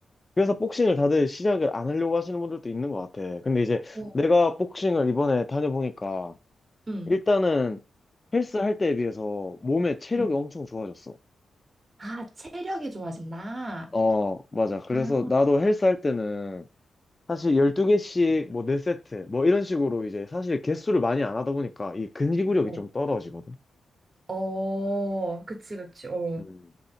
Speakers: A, on the left; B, on the right.
A: 그래서 복싱을 다들 시작을 안 하려고 하시는 분들도 있는 것 같아. 근데 이제
B: 어,
A: 내가 복싱을 이번에 다녀보니까,
B: 응,
A: 일단은 헬스 할 때에 비해서 몸의 체력이
B: 응.
A: 엄청 좋아졌어.
B: 아, 체력이 좋아진다.
A: 어, 맞아. 그래서
B: 아,
A: 나도 헬스 할 때는 사실 12개씩 뭐 4세트, 뭐 이런 식으로 이제 사실 개수를 많이 안 하다 보니까 이 근지구력이
B: 어,
A: 좀 떨어지거든.
B: 어, 그치, 그치, 어.
A: 음.